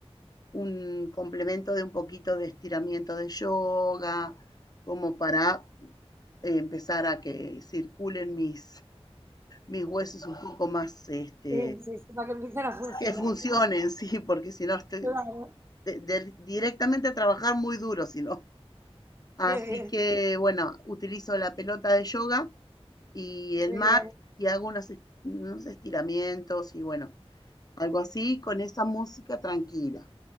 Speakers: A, on the left; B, on the right.
A: un complemento de un poquito de estiramiento de yoga, como para eh, empezar a que circulen mis mis huesos un poco más, este,
B: sí, sí, sí, para que empiecen a funcionar,
A: que funcionen,
B: ¿no?
A: sí, porque si no estoy
B: Claro,
A: de- de- directamente a trabajar muy duro, si no. Así
B: qué bien,
A: que, bueno, utilizo la pelota de yoga y el
B: qué
A: mat
B: bien.
A: y hago unas est- unos estiramientos y bueno, algo así con esa música tranquila.